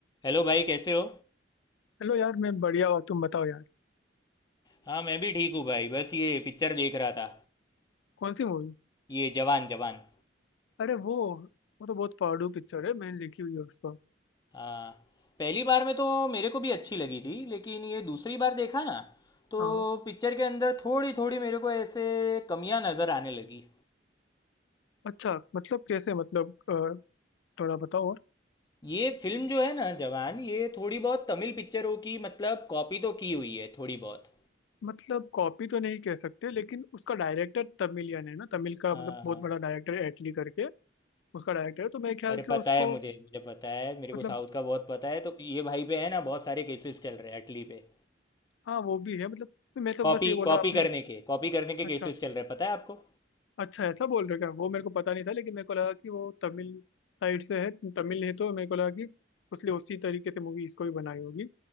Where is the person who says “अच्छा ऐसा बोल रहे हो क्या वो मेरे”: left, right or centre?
Left